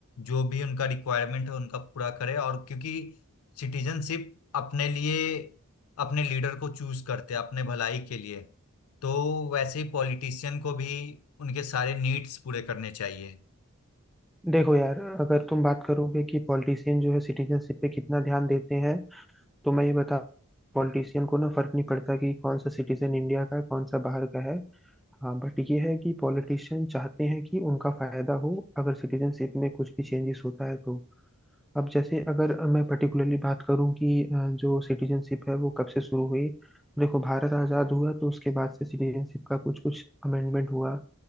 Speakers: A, on the left; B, in the centre.
A: जो भी उनका रिक्वायरमेंट है उनका पूरा करे और क्योंकि सिटीजनशिप अपने लिए अपने लीडर को चूज करते हैं अपने भलाई के लिए तो वैसे ही पॉलिटिशियन को भी उनके सारे नीड्स पूरे करने चाहिए
B: देखो यार अगर तुम बात करोगे कि पॉलिटिशियन जो है सिटीजनशिप पे कितना ध्यान देते हैं तो मैं ये बता पॉलिटिशियन को ना फर्क नहीं पड़ता कि कौन सा सिटीजन इंडिया का है कौन सा बाहर का है हाँ बट ये है कि पॉलिटिशियन चाहते हैं कि उनका फायदा हो अगर सिटीजनशिप में कुछ भी चेंजेस होता है तो अब जैसे अगर मैं पर्टिकुलरली बात करूं कि अ, जो सिटीजनशिप है वो कब से शुरू हुई देखो भारत आज़ाद हुआ तो उसके बाद से सिटीजनशिप का कुछ कुछ अमेंडमेंट हुआ